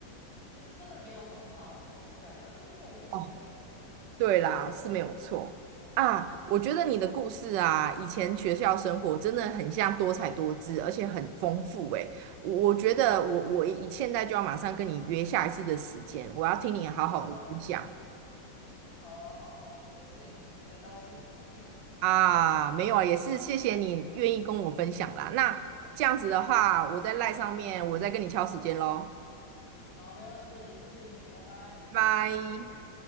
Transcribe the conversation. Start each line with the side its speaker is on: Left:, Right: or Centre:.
Left: 其实真的没有很好哎、说实在的，<laughs> 我可以直接这样说吗？
Right: 哦对啦，是没有错啊。我觉得你的故事啊，以前学校生活真的很像多彩多姿，而且很丰富诶。我我觉得我我以现在就要马上跟你约下一次的时间，我要听你好好的分享
Left: 没问题，好啊，好啊，谢谢你，感到兴趣，
Right: 啊。没有啊，也是谢谢你愿意跟我分享啦。那这样子的话，我在赖上面，我再跟你敲时间喽，
Left: <laughs> 好，没问题，谢谢你，拜拜。
Right: 拜拜。